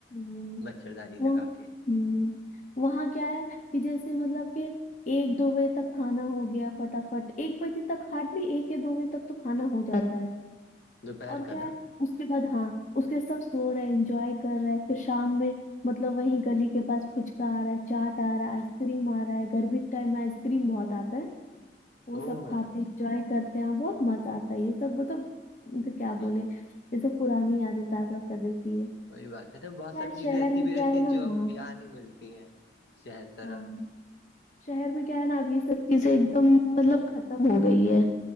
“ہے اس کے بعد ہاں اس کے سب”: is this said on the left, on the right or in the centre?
Left